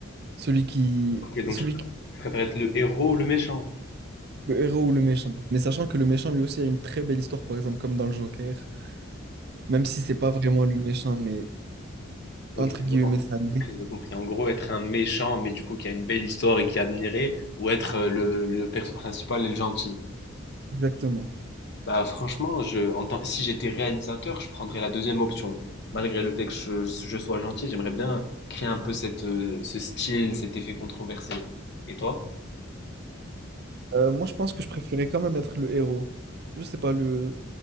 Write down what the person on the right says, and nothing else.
celui qui,
celui
qui-
le héros ou le méchant. Mais sachant que le méchant lui aussi a une très belle histoire, par exemple comme dans le Joker, même si c'est pas vraiment le méchant, mais
entre guillemets ça l'est.
Exactement.
Euh, moi, je pense que je préférais quand même être le héros. Je sais pas le.